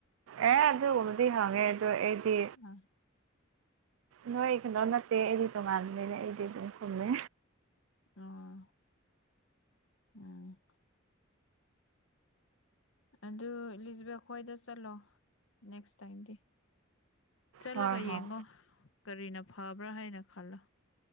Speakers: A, on the right; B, on the left.
A: ꯑꯦ ꯑꯗꯨꯕꯗꯤ ꯍꯡꯉ‌ꯦ ꯑꯗꯨ ꯑ‌ꯩꯗꯤ
B: ꯎꯝ
A: ꯅꯣꯏ ꯀꯗꯣ ꯅꯠꯇꯦꯗꯤ ꯇꯉꯥꯟꯅꯦꯗꯤ ꯑꯗꯨꯝ ꯀꯨꯝꯃꯦ
B: ꯎꯝ ꯎꯝ ꯑꯗꯨ ꯏꯂꯤꯖꯕꯦꯠ ꯈꯣꯏꯗ ꯆꯠꯂꯣ ꯅꯦꯛꯁ ꯇꯥꯏꯝꯗꯤ ꯆꯠꯂꯒ
A: ꯍꯣꯏ ꯍꯣꯏ
B: ꯌꯦꯡꯉꯣ ꯀꯔꯤꯅ ꯐꯕ꯭ꯔꯥ ꯍꯥꯏꯅ ꯈꯜꯂꯣ